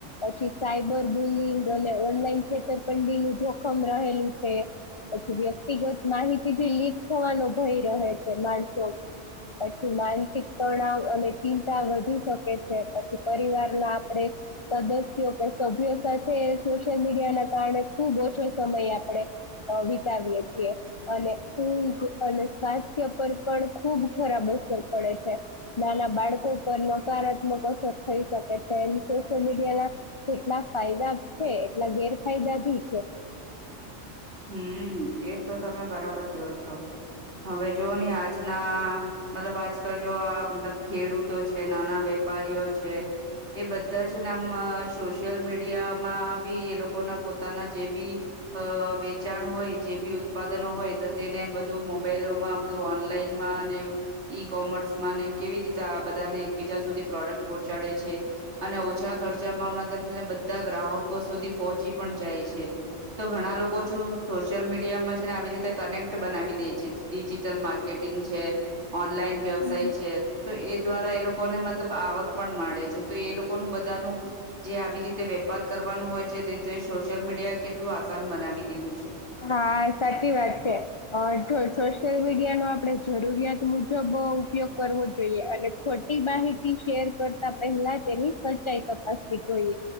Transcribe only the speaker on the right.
હમ્મ એજ તો તમે બરાબર કયો છો. હવે જો ને આજના મતલબ આજકાલ જો આ મતલબ ખેડૂતો છે નાના વેપારીઓ છે એ બધા છે ને આમ સોશિયલ મીડિયામાં બી એ લોકોના પોતાના જે બી હ વે ચાણ હોય જે બી ઉત્પાદનો હોય તો તેને બધું મોબાઈલોમાં બધું ઓનલાઈનમાં અને ઈ કોમર્સમાંને કેવી રીતે આ બધાને એકબીજા સુધી પ્રોડક્ટ પહોંચાડે છે અને ઓછા ખર્ચામાં મતલબ છેને બધા ગ્રાહકો સુધી પહોંચી પણ જાય છે તો ઘણા લોકો સોશિયલ મીડિયામાં છે ને આવી રીતે કનેક્ટ બનાવી દે છે ડિજિટલ માર્કેટિંગ છે ઓનલાઈન વ્યવસાય
છે તો એ દ્વારા એ લોકોને મત લબ આવક પણ માડે છે તો એ લોકોનું બધાનું જે આવી રીતે વેપાર કરવાનું હોય છે તે સોશિયલ મીડિયા એ કેલું આસાન બનાવી દીધું છે